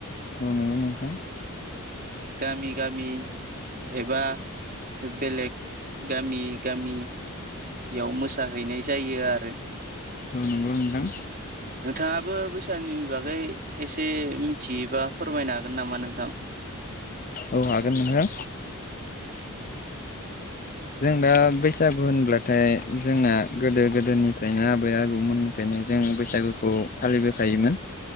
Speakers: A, on the left (about 40°); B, on the right (about 40°).
A: औ नोंगौ नोंथां
B: गामि गामि एबा बेलेग गामि गामि याव मोसाहैनाय जायो आरो
A: औ नंगौ नोंथां
B: नोंथाङाबो बैसागुनि बागै एसे मिथियोबा फोरमायनो हागोन नामा नोंथां लांदां
A: औ हागोन नोंक हो जों दा बैसागु होनब्लाथाय जोंना गोदो गोदोनिफ्रायनो आबै आबौमोननिफ्रायनो जोंङो बैसागुखौ फालिबोखायोमोन